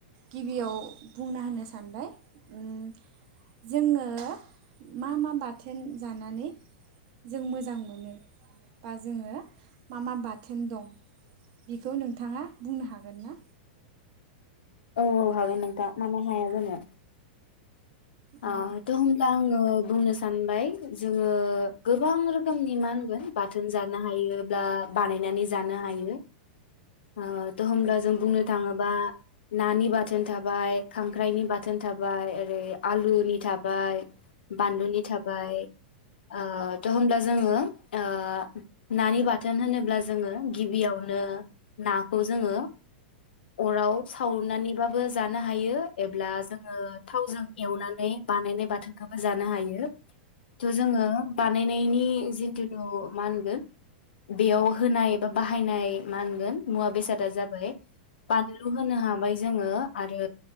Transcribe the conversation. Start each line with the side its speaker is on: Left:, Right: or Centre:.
Right: गिबियाव बुंना होनो सानबाय उम जोङो मा मा बाथोन जानानै जों मोजां मोनो बा जोङो मा मा बाथोन दं। बेखौ नोंथाङा बुंनो हागोन ना?
Left: औ हागोन नोंथा मानो हाया जानो। आ
Right: औ
Left: थ' होमब्ला ओ बुंनो सानबाय जोङो गोबां रोखोमनि मा होनगोन बाथोन जानो हायो बा बानायनानै जानो हायो। ओ त' होमब्ला जों बुंनो थाङोबा। नानि बाथोन थाबाय खांख्राइनि बाथोन थाबाय ओरै। आलुनि थाबाय बानलुनि थाबाय अ थ होमब्ला जोङो ओ नानि बाथोन बाथोन होनोब्ला जोङो गिबियावनो नाखौ जोङो अराव सावनानैबाबो जानो हायो एबा जोङो थावजों एवनानै बानायनाय बाथोनखौबो जानो हायो। थ जोङो बा बानायनायनि जिथुुनु मा होनगोन बेयाव होनाया बाहायनाय मा मोनगोन मुवा बेसादा जाबाय बानलु होनो हाबाय जोङो आरो